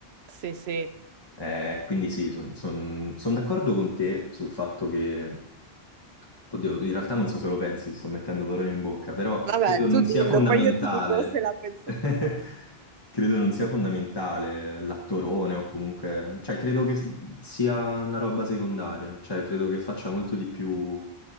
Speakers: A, on the right; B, on the left.
A: sì, sì.
B: Eh, quindi sì, sono d'accordo con te sul fatto che Oddio, in realtà non so se lo pensi, ti sto mettendo parole in bocca, però
A: Vabbè,
B: credo non
A: tu dillo,
B: sia fondamentale.
A: poi io ti dico se la penso
B: <laughs>
A: anch'io.
B: Credo non sia fondamentale l'attorone o comunque, cioè credo che sia una roba secondaria, cioè credo che faccia molto di più